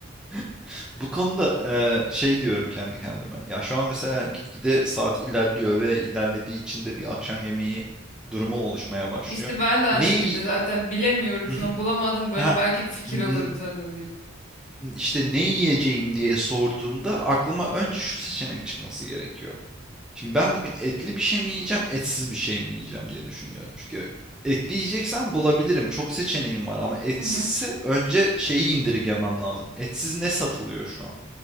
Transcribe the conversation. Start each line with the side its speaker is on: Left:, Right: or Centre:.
Centre: <laughs> Bu konuda eee, şey diyorum kendi kendime. Ya şu an mesela gitgide saat ilerliyor ve ilerlediği için de bir akşam yemeği durumu oluşmaya başlıyor.
Left: İşte ben de aynı
Centre: Ne
Left: şekilde
Centre: yi-
Left: zaten bilemiyorum şu
Centre: Hı hı.
Left: an bulamadım böyle
Centre: Ha,
Left: belki bir fikir
Centre: n-
Left: alırım senden diye.
Centre: işte ne yiyeceğim diye sorduğumda aklıma önce şu seçenek çıkması gerekiyor. Şimdi ben bugün etli bir şey mi yiyeceğim, etsiz bir şey mi yiyeceğim diye düşünüyorum. Çünkü etli yiyeceksem bulabilirim. Çok seçeneğim var ama etsizse
Left: Hı hı.
Centre: önce şeyi indirgemem lazım. Etsiz ne satılıyor şu an?